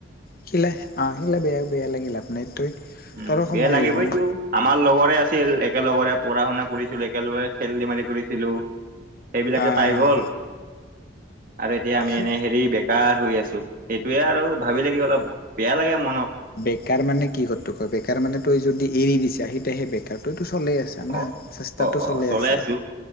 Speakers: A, on the left (about 50°); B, on the right (about 45°).
A: শিলে আহিলে বেয়া, বেয়া লাগি লাফ নাই তই
B: উম,
A: তৰো সময়
B: বেয়া লাগিবইটো
A: আহিব না
B: আমাৰ লগৰে আছি ছিল একেলগৰে পঢ়া- শুনা কৰিছিলো একেলগে খেল ধেমালি কৰিছিলো। সেইবিলাকে
A: আহ
B: পাই গ'ল। আৰু এতিয়া আমি
A: সেই
B: এনে হেৰি বেকাৰ হৈ আছো। সেইটোয়ে আৰু ভাবিলে কিবা অলপ বেয়া লাগে মনত।
A: বেকাৰ মানে কি কতো কয়, বেকাৰ মানে তই যদি এৰি দিছা সেতোহে বেকাৰ তই তো। চলি আছে না,
B: অ',
A: চেষ্টাটো
B: অ', অ',
A: চলি
B: চলাই
A: আছে
B: আছো